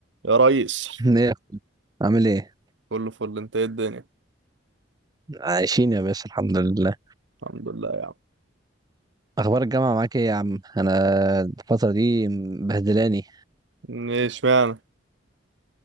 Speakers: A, on the right; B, on the right.
A: يا ريس
B: <laughs> ايه يا أخوي؟ عامل ايه؟
A: كله فل انت ايه الدنيا
B: عايشين يا باشا الحمد لله
A: الحمد لله يا عم
B: اخبار الجامعه معاك ايه يا عم؟ انا الفتره دي مبهدلاني
A: ايش معنى